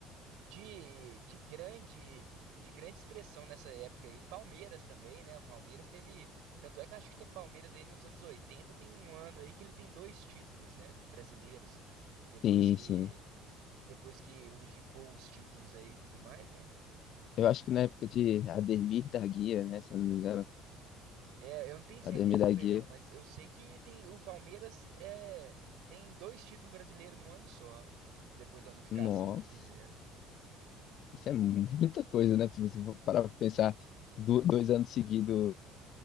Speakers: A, on the right; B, on the left.
A: de, de grande, de grande expressão nessa época aí. Palmeiras também, né? O Palmeiras teve. Tanto é que acho que o Palmeiras aí nos anos 80 tem um ano aí que ele tem dois títulos, né, brasileiros. Depois
B: sim,
A: que
B: sim.
A: depois que unificou os títulos aí e tudo mais, né?
B: Eu acho que na época de Ademir da Guia, né? Se eu não me engano,
A: É, eu não tenho certeza
B: Ademir da
A: também
B: Guia.
A: não, mas eu sei que tem o Palmeiras é, tem dois títulos brasileiros no ano só, depois da unificação
B: Nossa,
A: que fizeram.
B: isso é muita coisa, né? Se você for parar pra pensar do- dois anos seguidos